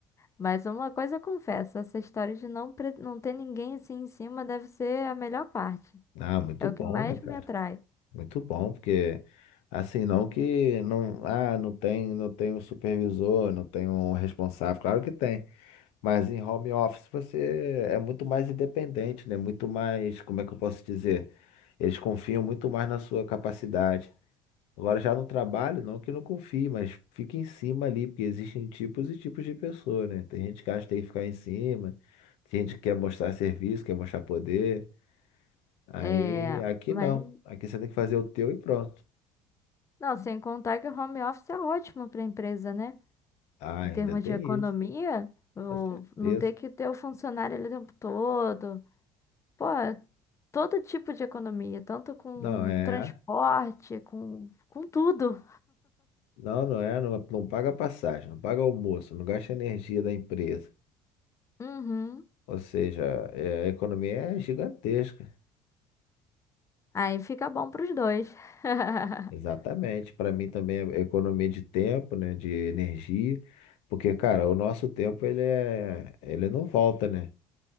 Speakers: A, on the left; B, on the left.
A: Mas uma coisa eu confesso, essa história de não, pre- não ter ninguém assim em cima deve ser a melhor parte.
B: Ah, muito
A: É o
B: bom,
A: que mais
B: né, cara?
A: me atrai.
B: Muito bom, porque assim, não que não, ah, não tem, não tem um supervisor, não tem um responsável, claro que tem. Mas em home office você é muito mais independente, né? Muito mais, como é que eu posso dizer? Eles confiam muito mais na sua capacidade. Agora já no trabalho, não que não confie, mas fique em cima ali, porque existem tipos e tipos de pessoa, né? Tem gente que acha que tem que ficar em cima, tem gente que quer mostrar serviço, quer mostrar poder. Aí
A: É,
B: aqui
A: mas
B: não. Aqui você tem que fazer o teu e pronto.
A: Não, sem contar que o home office é ótimo para a empresa, né?
B: Ah, ainda
A: Em termos
B: tem
A: de economia,
B: isso,
A: o-
B: com certeza.
A: não ter que ter o funcionário ali o tempo todo. Pô, é todo tipo de economia, tanto com
B: Não, é.
A: transporte, com, com tudo.
B: Não, não é, não, não paga passagem, não paga almoço, não gasta energia da empresa.
A: Uhum.
B: Ou seja, é, a economia é gigantesca.
A: Aí fica bom para os dois. <laughs>
B: Exatamente. Para mim também é economia de tempo, né, de energia, porque, cara, o nosso tempo ele é, ele não volta, né?